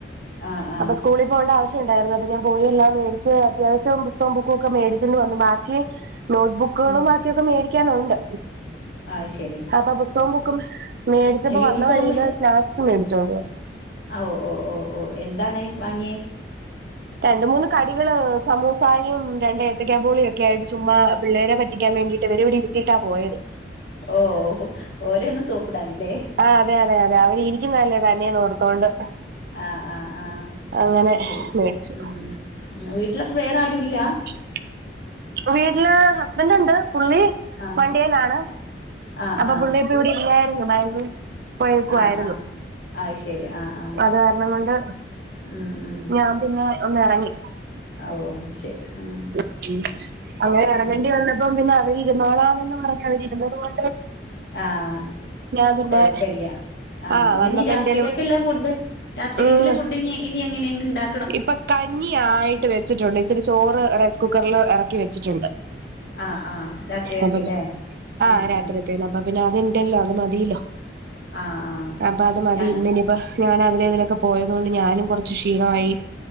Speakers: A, on the left (about 65°); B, on the right (about 55°).
A: ആഹ് ആഹ്
B: അപ്പൊ സ്കൂളിൽ പോകേണ്ട ആവശ്യവുണ്ടായിരുന്നു അപ്പൊ ഞാൻ പോയി എല്ലാം മേടിച്ച് അത്യാവശ്യം പുസ്തകോം ബുക്കും ഒക്കെ മേടിച്ചോണ്ട് വന്നു ബാക്കി നോട്ട്ബുക്കുകളും
A: ഉം
B: ബാക്കിയൊക്കെ മേടിക്കാനുണ്ട്
A: ആഹ് ശരി
B: അപ്പൊ പുസ്തകോം ബുക്കും മേടിച്ചപ്പോ
A: യൂണിഫോമ്
B: വന്ന വഴിയില് സ്നാക്സ് മേടിച്ചോണ്ട് വന്നു
A: ഓ ഓ ഓ ഓ എന്താണ് വാങ്ങിയേ
B: രണ്ടു മൂന്ന് കടികള് സമൂസായയും രണ്ട് ഏത്തക്കബോളിയൊക്കെ ആയിട്ട് ചുമ്മാ പിള്ളേരെ പറ്റി ക്കാൻ വേണ്ടിട്ട് ഇവരെ ഇവിടെ ഇരുത്തിയിട്ടാ പോയത്
A: ഓ ഓ ഓലെ ഒന്നു സോപ്പിടാൻ ഇല്ലേ
B: ആഹ് അതെ അതെ അതെ അവര് ഇരിക്കുന്നതല്ലേ തന്നെ എന്ന് ഓർത്തോണ്ട്
A: ആഹ് ആഹ് ആഹ്
B: അങ്ങനെ
A: അത് ശെരി
B: മേടിച്ചു
A: ഉം വീട്ടിലപ്പൊ വേറെ ആരും ഇല്ലാ
B: <unintelligible> വീട്ടില് ഹസ്ബൻഡ് ഉണ്ട് പുള്ളി
A: ആഹ്
B: വണ്ടിയേലാണ്
A: ആഹ്
B: അപ്പൊ
A: ആഹ്
B: പുള്ളി ഇ ഇവിടെ ഇല്ലായിരുന്നു ബാഗ്ളൂര് പോയേക്കുവായിരുന്നു
A: ആഹ് ആഹ് അത് ശരി ആഹ് ആഹ്
B: അത് കാരണം കൊണ്ട്
A: ഉം ഉം
B: ഞാൻ പിന്നെ ഒന്ന് ഇറങ്ങി
A: ഓ ശെരി ഉം
B: ഉം അങ്ങനെ ഇറങ്ങേണ്ടി
A: ഉം
B: വന്നപ്പോ പിന്നെ അവര് ഇരുന്നാളാന്ന് പറഞ്ഞ് അവര് ഇരുന്നത് കൊണ്ട്
A: ആഹ്
B: ഞാൻ പിന്നെ
A: കൊഴപ്പില്ല്യാ ആഹ്
B: ആ
A: ഇങ്ങന
B: വന്നപ്പോ
A: നീ രാത്രിക്കൊക്കല്ല
B: എന്തേലും
A: ഫുഡ് രാത്രിക്കൊക്കല്ല
B: ഉം
A: ഫുഡ് ഇനി ഇനി എങ്ങനെയ ഉണ്ടാ
B: ഇപ്പൊ കഞ്ഞി ആയിട്ട് വെച്ചിട്ടുണ്ട് ഇച്ചിരി ചോറ് റൈസ് കുക്കറില് ഇറക്കി വെച്ചിട്ടുണ്ട്
A: ആഹ് ആഹ് രാത്രി ഒക്കെല്ലേ
B: അപ്പൊ ആഹ്
A: ഉം
B: രാത്രിത്തേന്
A: ഉം
B: അപ്പൊ പിന്നെ അതുണ്ടല്ലോ അത് മതീല്ലോ
A: ആഹ് ആഹ്
B: അപ്പൊ അത് മതി
A: ഞ
B: ഇന്ന് ഇനിപ്പോ ഞാൻ അതിലെ ഇതിലൊക്കെ പോയത് കൊണ്ട് ഞാനും കുറച്ച് ക്ഷീണമായി